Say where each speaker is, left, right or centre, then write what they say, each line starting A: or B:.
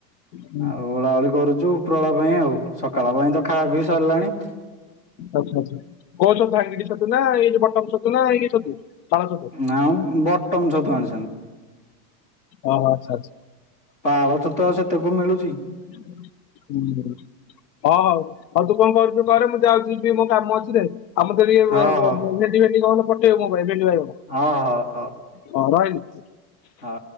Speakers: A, on the left; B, on the left.
A: ହୁଁ
B: ଆଉ ଗୋଳାଗୋଳି କରୁଚୁ ପ୍ରଳପାଇଁ ଆଉ ସକାଳ ପାଇଁତ ଖାଅଖୁଉ ସାରିଲାଣି
A: ଆଚ୍ଛା ଆଚ୍ଛା କୋଉ ଛତୁ ଭାଙ୍ଗିଡ଼ି ଛତୁନା ଏଇ ବଟନ୍ ଛତୁନା ଏଇ ଛତୁ? ପାଳ ଛତୁ?
B: ନା ବଟନ୍ ଛତୁ ଆଣିଛନ୍ତି।
A: ଓହୋ ଆଚ୍ଛା ଆଚ୍ଛା।
B: ପାଳ ଛତୁ ଆଉ ସେତେ କଉ ମିଳୁଚି।
A: ହୁଁ। ହଁ ହଉ ଆଉତୁ କଣ କରୁଚୁ କରେ ମୁଁ ଯାଉଚି ଯିବି ମୋରକାମ ଅଛିରେ? ଆ ମତେ ଟିକେ
B: ହଉ ହଉ
A: ଭେଣ୍ଡି ଭେଣ୍ଡି କଣ ପଠେଇବୁ ମୋପାଇଁ ଭେଣ୍ଡି ବାଇଗଣ?
B: ହଁ ହଉ ହଉ।
A: ହୁ ରହିଲି।
B: ହଁ।